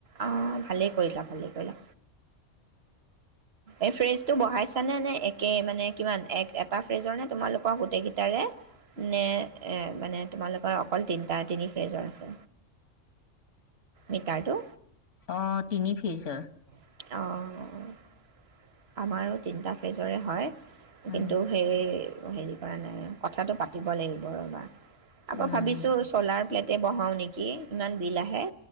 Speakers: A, on the right; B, on the left.
A: অ ভালেই কৰিলা ভালেই কৰিলা এই ফ্ৰেজটো বঢ়াইছানে নে একে মানে কিমান এক এটা ফ্ৰেজৰ নে তোমালোকৰ গোটেইকেইটাৰে নে মানে তোমালোকৰ অকল তিনিটা তিনি ফ্ৰেজৰ আছে মিটাৰটো
B: অ' তিনি ফেজৰ
A: অঁ আমাৰো তিনিটা ফ্ৰেজৰে হয়
B: উম,
A: কিন্তু সেই হেৰি কৰা নাই কথাটো পাতিব লাগিব ৰবা আকৌ
B: উম,
A: ভাবিছো চলাৰ প্লেট বহাওঁ নেকি ইমান বিল আহে,